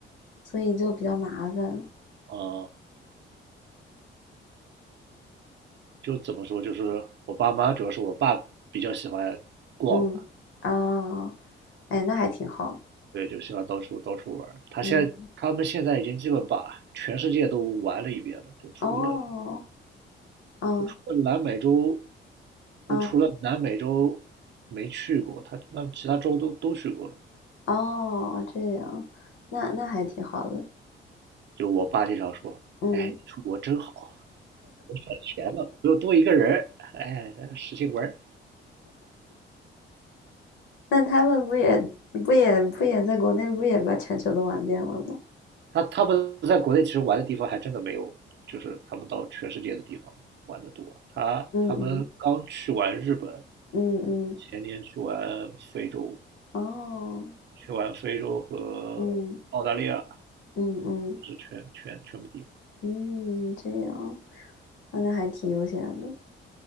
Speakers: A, on the left; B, on the right.
A: 所以就比较麻烦。
B: 呃，就怎么说，就是我爸妈，主要是我爸比较喜欢逛吧，
A: 嗯，啊，哎，那还挺好。
B: 对，就喜欢到处到处玩儿他现在他们现在已经基本把全世界都玩了一遍了，
A: 嗯。
B: 就除了
A: 哦，嗯，
B: 除了南美洲
A: 嗯，
B: 呃，除了南美洲没去过，他那其他州都都去过了。
A: 哦，这样，那那还挺好的，
B: 就我爸经常说：
A: 嗯，
B: “哎，你出国真好啊，闲了不用多一个人儿，哎，使劲玩儿
A: 那他们不也不也不也在国内不也把全球都玩遍了吗？
B: 他他们在国内其实玩的地方还真的没有，就是他们到全世界的地方玩的多。他他们刚去完日本，
A: 嗯嗯嗯嗯，
B: 前年去完非洲，
A: 哦，
B: 去完非洲和澳大利亚，
A: 嗯嗯嗯
B: 是全全全部地方。
A: 嗯，这样，那那还挺悠闲的，